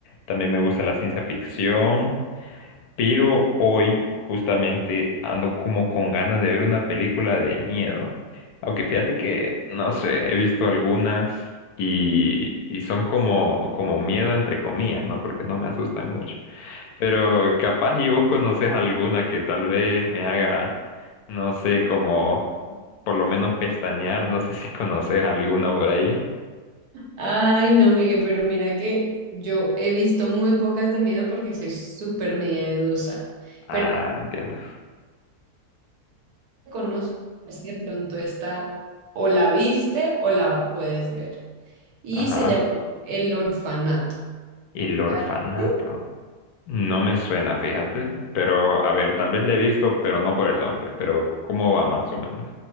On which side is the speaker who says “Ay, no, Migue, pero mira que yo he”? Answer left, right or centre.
Right